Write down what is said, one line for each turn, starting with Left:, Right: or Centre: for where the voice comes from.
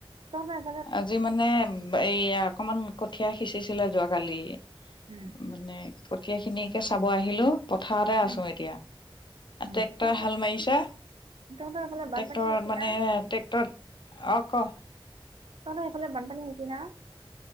Right: অ।
Left: আজি মানে এই অকমান কঠিয়া সিঁচিছিলো যোৱাকালি।
Right: উম।
Left: মানে কঠীয়া খিনিকে চাব আহিলো। পথাৰতে আছোঁ
Right: উম,
Left: এতিয়া।
Right: উম,
Left: ট্ৰেক্টৰে
Right: তহঁতৰ
Left: হাল মাৰিছে।
Right: তহঁতৰ এইফালে বানপানী
Left: টেক্টৰত
Right: হৈছে
Left: মানে
Right: না?
Left: ট্ৰেক্টৰ অ, ক?
Right: তহঁতৰ সেই ফালে বানপানী হৈছে না?